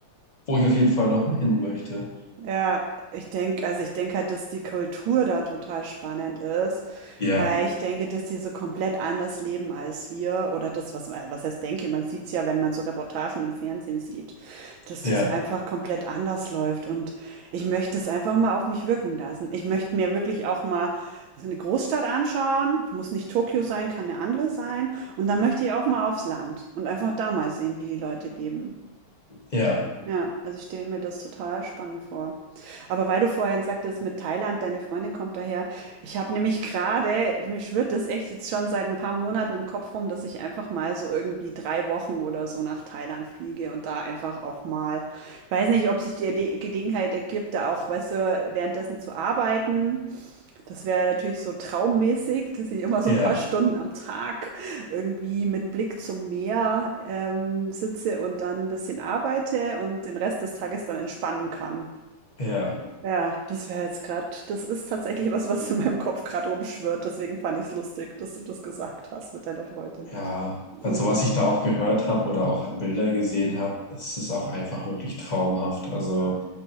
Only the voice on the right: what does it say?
Ja, ich denke, also ich denke halt, dass die Kultur da total spannend ist,
weil ich denke, dass die so komplett anders leben als wir oder das, was man, was heißt denke, man sieht es ja, wenn man so Reportagen im Fernsehen sieht, dass das
einfach komplett anders läuft und ich möchte es einfach mal auf mich wirken lassen. Ich möchte mir wirklich auch mal so eine Großstadt anschauen, muss nicht Tokio sein, kann eine andere sein und dann möchte ich auch mal aufs Land und einfach da mal sehen, wie die Leute leben.
Ja, also ich stelle mir das total spannend vor. Aber weil du vorhin sagtest, mit Thailand, deine Freundin kommt daher. Ich habe nämlich gerade, mir schwirrt das echt jetzt schon seit ein paar Monaten im Kopf rum, dass ich einfach mal so irgendwie drei Wochen oder so nach Thailand fliege und da einfach auch mal, weiß nicht, ob sich die Erle- Gelegenheit ergibt, da auch, weißt du, währenddessen zu arbeiten. Das wäre natürlich so traummäßig, dass ich immer so
ein paar Stunden am Tag irgendwie mit Blick zum Meer, ähm, sitze und dann ein bisschen arbeite und den Rest des Tages dann entspannen kann.
Ja, das wäre jetzt gerade. das ist tatsächlich was, was in meinem Kopf gerade rumschwirrt, deswegen fand ich es lustig, dass du das gesagt hast mit deiner Freundin.
Mhm,